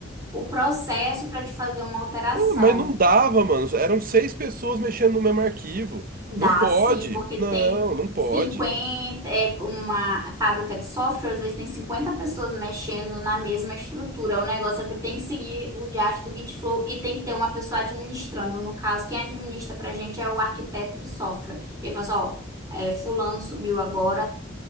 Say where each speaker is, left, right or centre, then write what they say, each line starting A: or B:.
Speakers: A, on the right; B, on the right.
A: O processo para te fazer uma alteração.
B: Ah, Mas não dava, mano. Eram seis pessoas mexendo no mesmo arquivo.
A: Dá
B: Não pode.
A: sim, porque
B: Não,
A: tem
B: não pode.
A: 50 é uma fábrica de softwares, eles têm 50 pessoas mexendo na mesma estrutura. O negócio é que tem que seguir o diacho do Gitflow e tem que ter uma pessoa administrando. No caso, quem administra pra gente é o arquiteto de software. Ele fala assim, ó, é, fulano subiu agora,